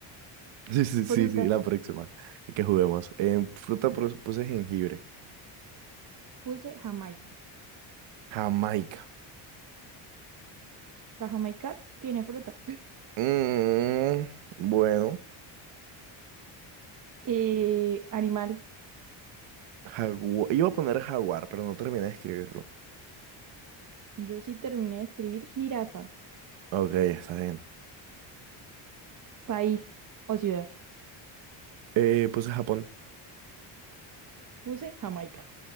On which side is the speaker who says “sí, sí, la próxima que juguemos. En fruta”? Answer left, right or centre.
Right